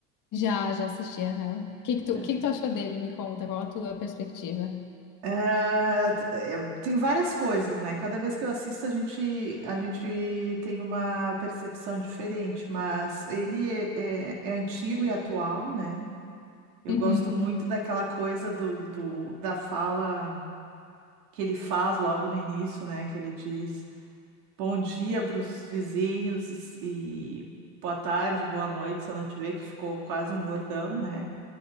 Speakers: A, on the left; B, on the right.
A: Já, já assisti, aham. O que que tu,
B: É,
A: que que tu achou dele? Me conta, qual a tua perspectiva?
B: Ah, t- é, tem várias coisas, né? Cada vez que eu assisto, a gente, a gente tem uma percepção diferente, mas ele é, é- é antigo e atual, né? Eu
A: Uhum,
B: gosto muito daquela coisa do, do- da fala que ele faz logo no início, né? Que ele diz bom dia para os vizinhos e, e boa tarde, boa noite, se eu não te ver, que ficou quase um bordão, né?